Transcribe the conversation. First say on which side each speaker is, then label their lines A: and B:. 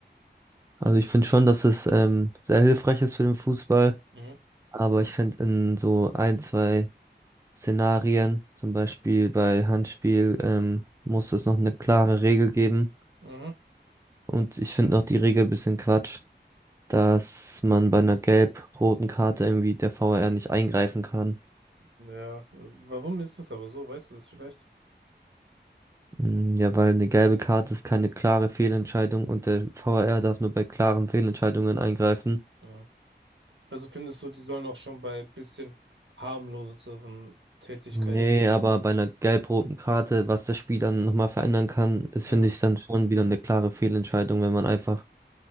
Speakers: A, on the right; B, on the right.
A: Also ich finde schon, dass es ähm, sehr hilfreich ist für den Fußball,
B: Mhm.
A: aber ich finde in so ein, zwei Szenarien, zum Beispiel bei Handspiel, ähm, muss es noch eine klare Regel geben.
B: Mhm.
A: Und ich finde noch die Regel ein bisschen Quatsch, dass man bei einer gelb-roten Karte irgendwie der VAR nicht eingreifen kann.
B: Ja, warum ist es aber so? Weißt du das vielleicht?
A: Mm, Ja, weil eine gelbe Karte ist keine klare Fehlentscheidung und der VAR darf nur bei klaren Fehlentscheidungen eingreifen.
B: Mhm. Also findest du, die sollen auch schon bei bisschen harmloseren Tätigkeiten.
A: Nee, aber bei einer gelb-roten Karte, was das Spiel dann nochmal verändern kann, ist,
B: Mhm.
A: finde ich, dann schon wieder eine klare Fehlentscheidung, wenn man einfach